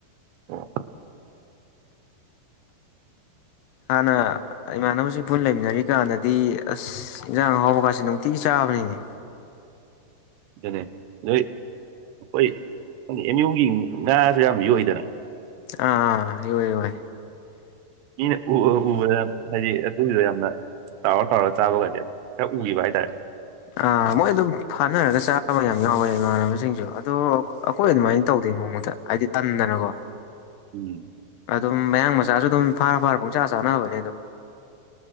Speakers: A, on the right; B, on the left.
A: ꯑꯣ
B: ꯍꯥꯟꯅ ꯏꯃꯥꯟꯅꯕꯁꯤꯡ ꯄꯨꯟꯅ ꯂꯩꯃꯤꯟꯅꯔꯤ ꯀꯥꯟꯗꯗꯤ ꯏꯟꯖꯥꯡ ꯍꯥꯎꯕꯀꯁꯤ ꯅꯨꯡ ꯆꯥꯕꯅꯤꯅꯦ
A: ꯑꯗꯨꯅꯦ ꯅꯣꯏ ꯑꯩꯈꯣꯏ ꯑꯦꯝ ꯌꯨꯒꯤ ꯉꯥꯁꯨ ꯌꯥꯝꯅ ꯌꯣꯏꯗꯅ
B: ꯑꯥ ꯏ ꯏꯥꯏ
A: ꯃꯤꯅ ꯎꯕꯗ ꯍꯥꯏꯗꯤ ꯑꯗꯨꯗ ꯌꯥꯝꯅ ꯇꯥꯎꯔ ꯇꯥꯎꯔ ꯆꯥꯕꯒꯖꯦ ꯈꯔ ꯎꯒꯤꯕ ꯍꯥꯏꯇꯥꯔꯦ
B: ꯑꯥ ꯃꯣꯏ ꯑꯗꯨꯝ ꯐꯥꯅꯔꯒ ꯆꯥꯕ ꯌꯥꯝ ꯌꯥꯎꯋꯦ ꯏꯃꯥꯟꯅꯕꯁꯤꯡꯁꯨ ꯑꯗꯣ ꯑꯩꯈꯣꯏ ꯑꯗꯨꯃꯥꯏꯅ ꯇꯧꯗꯦ ꯅꯣꯡꯃꯗ ꯑꯩꯗꯤ ꯇꯟꯗꯅꯒꯣ
A: ꯎꯝ
B: ꯑꯗꯨꯝ ꯃꯌꯥꯡ ꯃꯆꯥꯖꯨ ꯑꯗꯨꯝ ꯐꯥꯔ ꯐꯥꯔ ꯄꯨꯡꯆꯥ ꯆꯥꯅꯕꯅꯦ ꯑꯗꯨꯝ